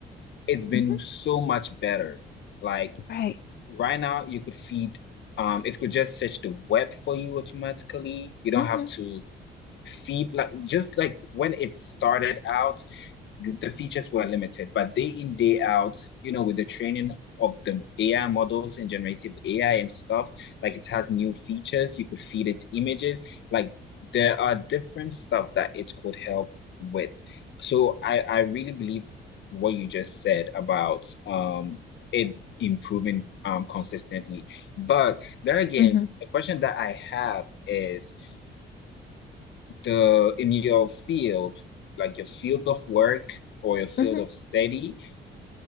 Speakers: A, on the left; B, on the left.
A: it's been
B: hmm
A: so much better. Like
B: Right.
A: right now, you could feed, um, it could just search the web for you automatically. You don't
B: hmm
A: have to feed like just like when it started out the, features were limited, but day in, day out, you know, with the training of the AI models and generative AI and stuff, like it has new features. You could feed its images. Like there are different stuff that it could help with. So I, I really believe what you just said about um it improving um consistently. But there again,
B: hmm
A: a question that I have is the in your field, like your field of work or your field
B: hmm
A: of study,